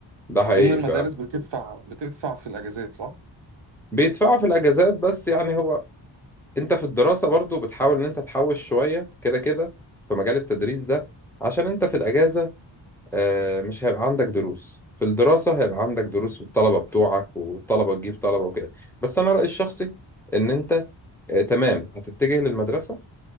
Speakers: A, in the centre; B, on the right.
A: ده حقيقي
B: اظن المدارس
A: فعلا
B: بتدفع بتدفع في الاجازات صح؟
A: بيدفعوا في الاجازات بس يعني هو انت في الدراسة برضو بتحاول ان انت تحوش شوية كده كده في مجال التدريس ده عشان انت في الاجازة آه، مش هيبقى عندك دروس في الدراسة هيبقى عندك دروس والطلبة بتوعك والطلبة تجيب طلبة وكده بس انا رأيي الشخصي ان انت آه، تمام هتتجه للمدرسة